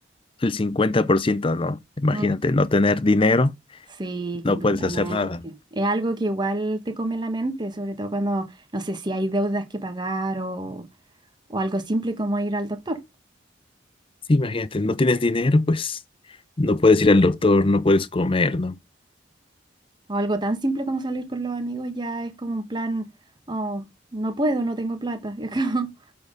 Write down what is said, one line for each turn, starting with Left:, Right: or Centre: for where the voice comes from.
Left: el 50%, ¿no? Imagínate,
Right: Mm.
Left: no tener dinero,
Right: Sí,
Left: no
Right: completamente.
Left: puedes hacer nada.
Right: Es algo que igual te come la mente, sobre todo cuando, no sé, si hay deudas que pagar o, o algo simple como ir al doctor.
Left: Sí, imagínate, no tienes dinero, pues no puedes ir al doctor, no puedes comer, ¿no?
Right: O algo tan simple como salir con los amigos ya es como un plan, oh, no puedo, no tengo plata. <laughs> Es como,